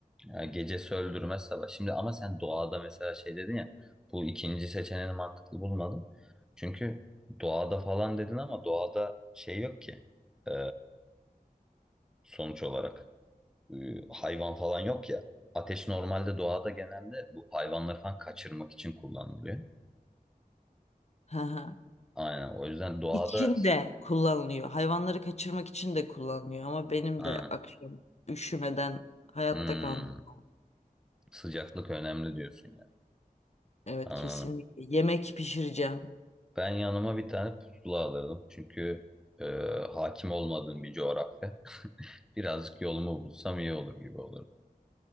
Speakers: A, in the centre; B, on the left.
A: Ya gecesi öldürmez sabah. Şimdi ama sen doğada mesela şey dedin ya bu ikinci seçeneğini mantıklı bulmadım. Çünkü doğada falan dedin ama doğada şey yok ki. Ee, sonuç olarak. e, hayvan falan yok ya. Ateş normalde doğada genelde bu hayvanları falan kaçırmak için kullanılıyor.
B: Hı hı.
A: Aynen o yüzden doğada
B: İçin de kullanılıyor. Hayvanları kaçırmak için de kullanılıyor ama benim
A: aynen,
B: de akşam üşümeden hayatta
A: Hmm,
B: kalmam.
A: sıcaklık önemli diyorsun ya.
B: Evet
A: Anladım.
B: kesinlikle. Yemek pişireceğim.
A: Ben yanıma bir tane pusula alırdım. Çünkü e, hakim olmadığım bir coğrafya. <laughs> Birazcık yolumu bulsam iyi olur gibi olurdu.